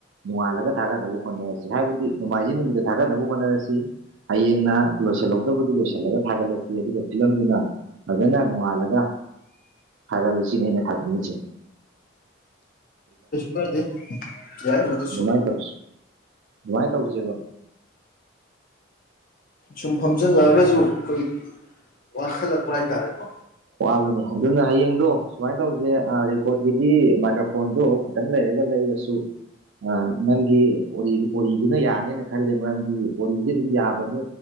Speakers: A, on the right; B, on the left.
A: ꯅꯣꯡꯉꯥꯜꯂꯒ ꯊꯥꯒꯗꯅꯕ ꯍꯣꯠꯅꯔꯁꯤ ꯍꯥꯏꯕꯗꯤ ꯅꯣꯡꯃꯥꯏꯖꯤꯡ ꯅꯨꯃꯤꯠꯇ ꯊꯥꯒꯠꯅꯕ ꯍꯣꯠꯅꯔꯁꯤ ꯍꯌꯦꯡꯅ ꯂꯣꯏꯁꯤꯜꯍꯧꯗꯕꯗꯨ ꯂꯣꯏꯁꯤꯜꯂꯒ ꯊꯥꯒꯠꯂꯁꯤ ꯑꯗꯨꯒ ꯐꯤꯂꯝꯗꯨꯅ ꯐꯖꯅ ꯅꯣꯡꯉꯥꯜꯂꯒ ꯊꯥꯒꯠꯂꯨꯁꯤꯅꯦ ꯑꯩꯅ ꯊꯝꯕꯤꯔꯤꯁꯦ
B: ꯀꯗꯦ ꯌꯥꯏ ꯃꯗꯨ
A: ꯑꯗꯨꯃꯥꯏꯅ
B: ꯁ
A: ꯇꯧꯁꯤ ꯑꯗꯨꯃꯥꯏꯅ ꯇꯧꯁꯦꯕ
B: ꯁꯨꯝ ꯐꯝꯖꯤꯜꯂꯛꯑꯒꯁꯨ ꯑꯩꯈꯣꯏꯒꯤ ꯋꯥꯈꯠꯂꯛꯄ ꯍꯥꯏꯇꯥꯔꯦꯀꯣ
A: ꯋꯥꯕꯅꯦ ꯑꯗꯨꯅ ꯍꯌꯦꯡꯗꯣ ꯁꯨꯃꯥꯏꯅ ꯇꯧꯁꯦ ꯔꯦꯀꯣꯔꯠꯀꯤꯗꯤ ꯃꯥꯏꯀ꯭ꯔꯣꯐꯣꯟꯗꯣ ꯈꯤꯇꯪ ꯂꯩꯔꯒ ꯂꯩꯔꯁꯨ ꯅꯪꯒꯤ ꯑꯣꯔꯤꯗꯨꯅ ꯌꯥꯅꯦꯅ ꯈꯜꯂꯦ ꯃꯔꯝꯗꯤ ꯋꯥꯔꯤꯁꯦ ꯑꯗꯨꯝ ꯌꯥꯕꯅꯦ